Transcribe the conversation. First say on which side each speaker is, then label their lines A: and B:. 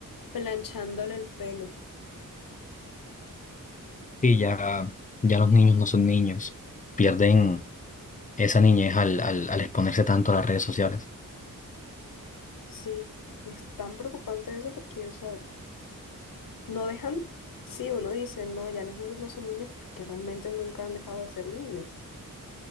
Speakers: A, on the left; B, on the left.
A: planchándole el pelo.
B: Sí, ya, ya los niños no son niños, pierden esa niñez al, al, al exponerse tanto a las redes sociales.
A: Sí, y es tan preocupante eso porque, o sea, no dejan, sí, uno dice, no, ya los niños no son niños, pero es que realmente nunca han dejado de ser niños.